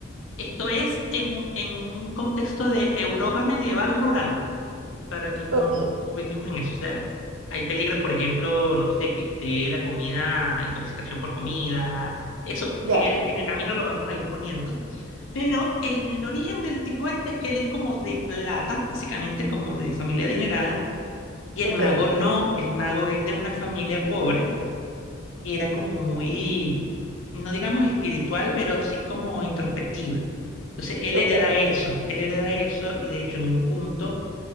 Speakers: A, on the left (about 70°); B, on the right (about 70°).
A: Esto es en un, en un contexto de Europa medieval rural para que nos
B: Ok,
A: ubiquemos en eso. O sea, hay peligros, por ejemplo, no sé, que esté la comida, intoxicación por comida. Eso
B: ya,
A: en el, en el camino lo vamos a ir poniendo. Pero el origen del tipo este es que él es como de plata, básicamente como de familia adinerada, y
B: ok,
A: el mago no, el mago es de una familia pobre, que era como muy, no digamos espiritual, pero sí como introspectiva. Entonces él
B: ok,
A: hereda eso, él hereda eso, y de hecho en un punto